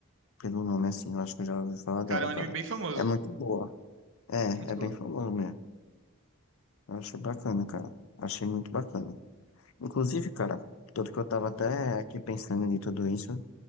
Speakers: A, on the left (about 80°); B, on the right (about 65°).
A: Pelo nome assim, eu acho que eu já ouvi falar
B: cara,
A: dela,
B: é um anime
A: cara.
B: bem famoso.
A: É muito boa. É,
B: Muito
A: é
B: bom.
A: bem famoso mesmo. Eu achei bacana, cara. Achei muito bacana. Inclusive, cara, tanto que eu tava até aqui pensando em tudo isso.